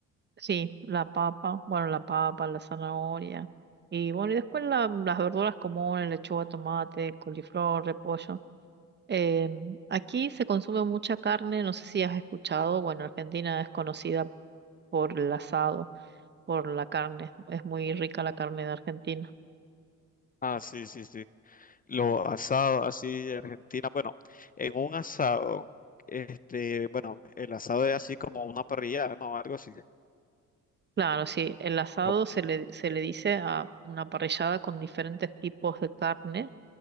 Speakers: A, on the right; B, on the left.
A: sí, la papa, bueno, la papa, la zanahoria. Y bueno, y después la- las verduras comunes, lechuga, tomate, coliflor, repollo. Em, aquí se consume mucha carne, no sé si has escuchado, bueno, Argentina es conocida por el asado, por la carne, es muy rica la carne de Argentina.
B: Ah, sí, sí, sí. Lo asado así de Argentina. Bueno, en un asado, este, bueno, el asado es así como una parrilla, ¿no? Algo así.
A: Claro, sí, el asado
B: No,
A: se le, se le dice a una parrillada con diferentes tipos de carne,